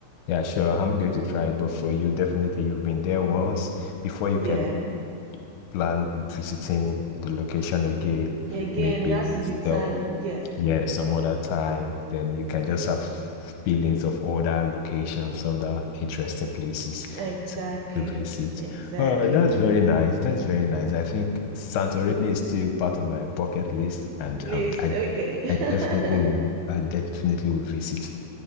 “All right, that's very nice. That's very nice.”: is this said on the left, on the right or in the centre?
Left